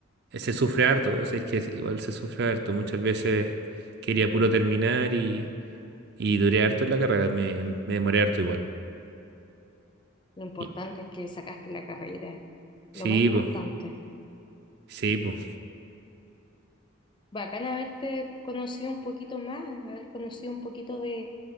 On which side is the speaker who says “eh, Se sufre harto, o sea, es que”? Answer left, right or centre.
Right